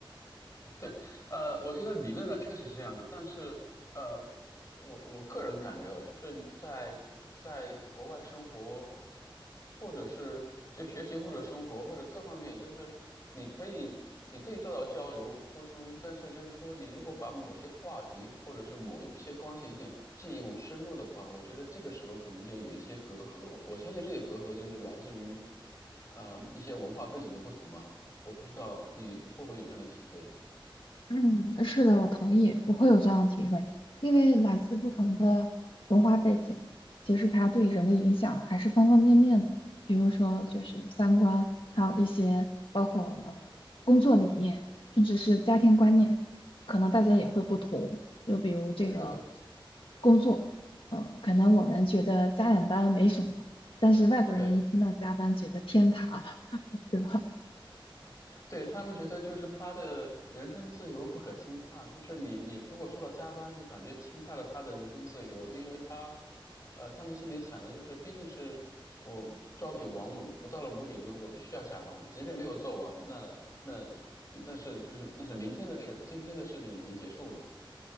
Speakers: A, on the left (about 35°); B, on the left (about 70°).
A: 对，呃，我觉得理论上确实是这样子，但是，呃，我我个人感觉啊，就是在在国外生活，或者是就学习或者生活或者各方面，就是你可以你可以做到交流沟通，但是就是说，你如果把某些话题或者是某一些关系你想进一步深入的话，我觉得这个时候可能就有一些隔阂。我我相信这些隔阂就是来自于，呃，一些文化背景的不同吧。我不知道你会不会有这样的体会。
B: 嗯，是的，我同意，我会有这样的体会，因为来自不同的文化背景，其实它对人的影响还是方方面面的，比如说就是三观，还有一些包括呃工作理念，甚至是家庭观念，可能大家也会不同。就比如这个
A: 是的，
B: 工作，呃，可能我们觉得加点班没什么，但是外国人一听到加班，
A: 对
B: 觉得天塌了，对吧？
A: 对，他们觉得就是他的人身自由不可侵犯，就是你你如果说到加班，就感觉侵犯了他的人身自由，因为他，呃，他们心里想的就是，毕竟是我朝九晚五，我到了五点钟我必须要下班，即便没有做完，那那那是就是那是明天的事，今天的事情已经结束了